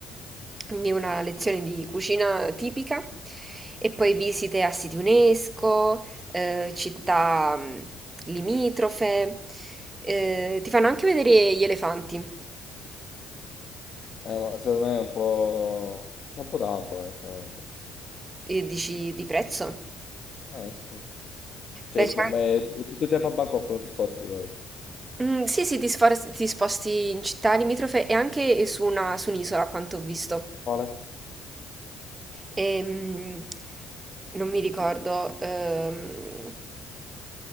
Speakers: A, on the right; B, on the left.
A: quindi una lezione di cucina tipica, e poi visite a siti UNESCO eh, città mh, limitrofe, eh, ti fanno anche vedere gli elefanti
B: Eh, ma secondo me è un po'... C'è un po' tanto, onestamente.
A: e dici di prezzo.
B: Eh, sì. Cioè,
A: Beh, c'è
B: boh,
A: anche...
B: beh, è tutto il tempo a Bangkok, non ti sposti poi.
A: Mm, sì, sì, ti, sfor- ti sposti in città limitrofe e anche su una- su un'isola, a quanto ho visto.
B: Quale?
A: Ehm, non mi ricordo. ehm,